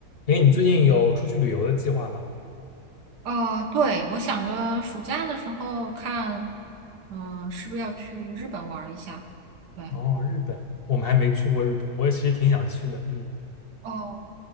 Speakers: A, on the left; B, on the right.
A: 哎，你最近有出去旅游的计划吗？
B: 呃，对，我想着暑假的时候看，嗯，是不是要去日本玩儿一下？对，
A: 哦，日本，我们还没去过日本，我也其实挺想去的。嗯
B: 哦，